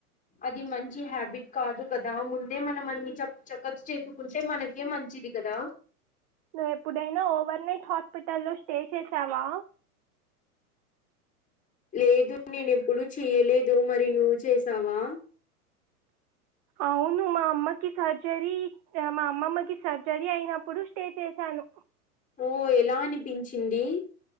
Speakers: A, on the left; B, on the right.
A: అది మంచి హ్యాబిట్ కాదు కదా ముందే మనం అన్ని చె చెకప్స్ చేసుకుంటే మన కే మంచిది కదా
B: నువ్ ఎప్పుడైనా ఓవర్ నైట్ హాస్పిటల్లో స్టే చేసావా
A: లేదు నేనేప్పుడు చెయ్యలేదు మరి నువ్వు చేసావా
B: అవును మా అమ్మకి సర్జరీ మా అమ్మమ్మకి సర్జరీ అయినప్పుడు స్టే చేశాను
A: ఓ ఎలా అనిపించింది